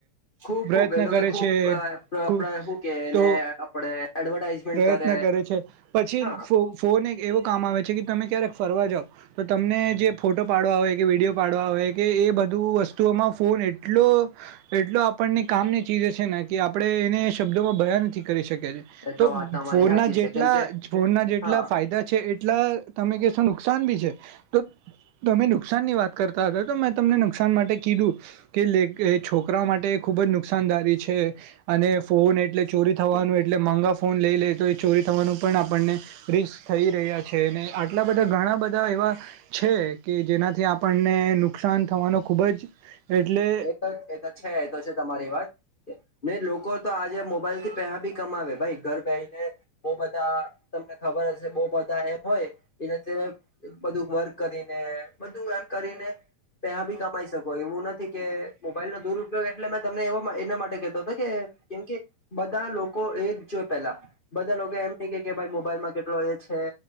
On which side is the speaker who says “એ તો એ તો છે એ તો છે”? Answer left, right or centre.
Left